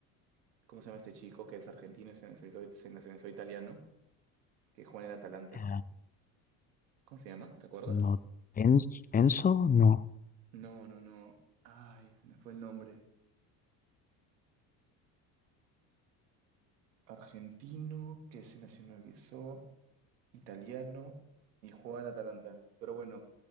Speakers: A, on the right; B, on the left.
A: ¿Cómo se llama este chico que es argentino y se nacionalizó, se nacionalizó italiano, que juega en el Atalanta?
B: Eh,
A: ¿Cómo se llama? ¿Te acuerdas?
B: No, En- Enzo, no.
A: No, no, no. Ay, se me fue el nombre. Argentino que se nacionalizó, italiano y juega en Atalanta. Pero bueno,